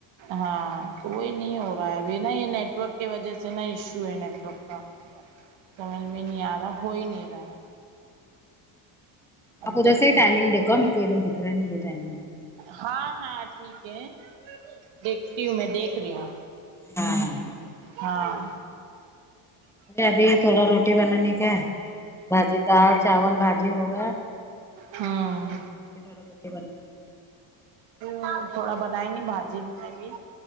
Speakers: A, on the right; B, in the centre.
A: ہاں تو وہی نہیں ہو رہا ہے ابھی نا یہ نیٹ ورک کی وجہ سے نا ایشو ہے نیٹورک کا سمجھ میں نہیں آ رہا ہو ہی نہیں رہا ہے اب
B: آپ ادھر
A: دیکھیں
B: سے ہی ٹائمگ دیکھو میں کو ادھر دکھ رہا نہیں ٹائمنگ
A: ہاں ہاں ٹھیک ہے دیکھتی ہوں مے دکھرہی ہوں
B: ہاں ہاں ہاں
A: ہاں
B: ابھی تھوڑا یہ روٹی بنانے کا ہے بھاجی دال چاول بھاجی ہوگایا
A: ہمم
B: <inaudible>
A: اور تھوڑا بنائیں گے بھاجی مے بھی